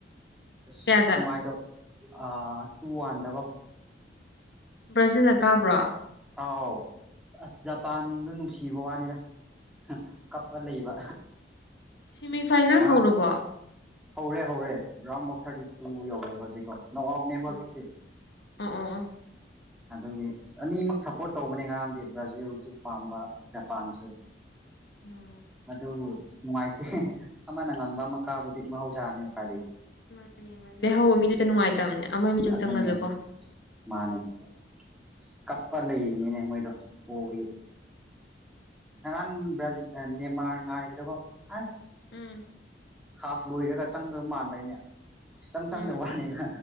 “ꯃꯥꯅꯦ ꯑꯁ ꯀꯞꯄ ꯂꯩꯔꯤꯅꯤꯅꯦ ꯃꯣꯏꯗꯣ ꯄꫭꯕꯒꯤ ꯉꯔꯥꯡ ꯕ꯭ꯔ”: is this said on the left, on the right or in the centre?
Centre